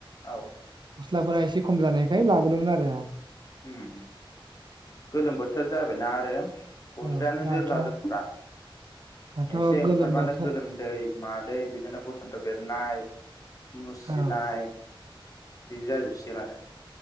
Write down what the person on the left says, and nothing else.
औ
उम-उम गोलोम बोथोर जाबायना आरो गस्लायानो
जोरला जोम्रा
एसे ओंखारबानो
गोलोम दै मादै बिदिनो बसन्थ बेरनाय मुसिनाय
बिदि जाजोबसिगोन आरो